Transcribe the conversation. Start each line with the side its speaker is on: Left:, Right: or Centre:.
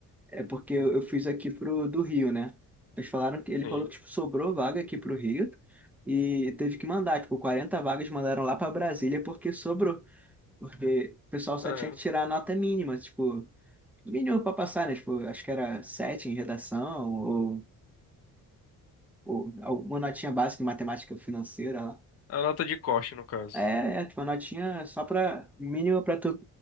Centre: é porque eu, eu fiz aqui pro do Rio, né? Eles falaram que ele
Left: sim.
Centre: falou que tipo, sobrou vaga aqui pro Rio e teve que mandar, tipo, 40 vagas mandaram lá para Brasília porque sobrou. Porque o pessoal só
Left: Caramba.
Centre: tinha que tirar a nota mínima, tipo, mínimo para passar, né? Tipo, acho que era sete em redação, ou, ou uma notinha básica em matemática financeira lá.
Left: A nota de corte, no caso.
Centre: É, é, tipo, uma notinha só para mínima para tu